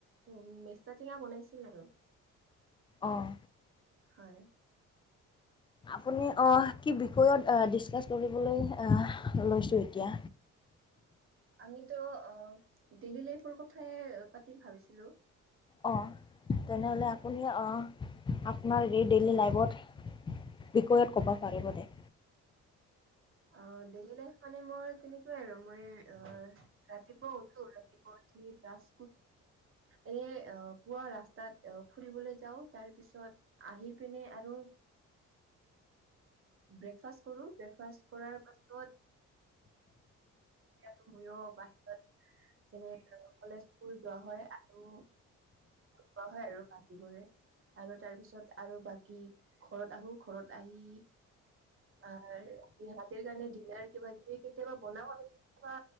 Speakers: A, on the right; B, on the left.
A: উম মেষ্টা টেঙা বনাই। আছিল আৰু।
B: অহ।
A: হয়।
B: আপুনি অহ কি বিষয়ত এ ডিচকাচ কৰিবলৈ এহ লৈছো এতিয়া।
A: আমিতো ডেইলী লাইফৰ কথাই পাতিম ভাবিছিলো।
B: অ' তেনেহ'লে আপুনি অঁ আপোনাৰ এই ডেইলী লাইফত বিষয়ত ক'ব পাৰিবনে।
A: অ' ডেইলি লাইফ মানে মোৰ তেনেকুৱাই আৰু মই অ' ৰাতিপুৱা উঠো ৰাতিপুৱা উঠি ব্ৰাচ এনে পুৱা ৰাস্তাত ফুৰিবলৈ যাওঁ তাৰ পিছত আহি পিনে আৰু ব্ৰেকফাষ্ট কৰো ব্ৰেকফাষ্ট কৰাৰ পাছত আৰু ময়ো বাহিৰত <inaudible> যেনে কলেজ স্কুল যোৱা হয় আৰু কোৱা হয় আৰু বাকীবোৰে আৰু তাৰ পিছত আৰু বাকী ঘৰত আহো ঘৰত আহি আৰ ই হাতীৰ কাৰণে ডিনাৰ কিবা কিবি কেতিয়াবা বনাও আৰু কেতিয়াবা